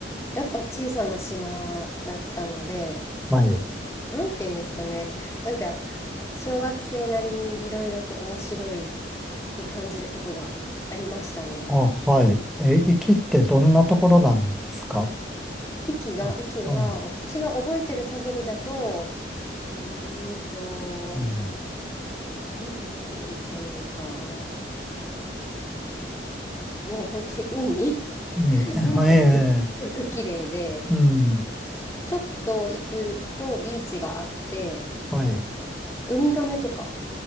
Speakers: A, on the left; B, in the centre.
A: やっぱ小さな島だったので、
B: はい。
A: なんて言うんですかね。なんか、小学生なりにいろいろと面白いく感じることがありましたね。
B: あ、はい。え、行きってどんなところなんですか
A: 息が、
B: あ、
A: 息は、
B: あ、
A: 私が覚えてる限りだと、うーんと、
B: うん。
A: なんというか、うーんもう本当に海、<laughs>
B: 海、<laughs>
A: 海がすごく綺麗で、
B: はえうん、
A: ちょっと行くとビーチがあって、
B: はい。
A: ウミガメとか、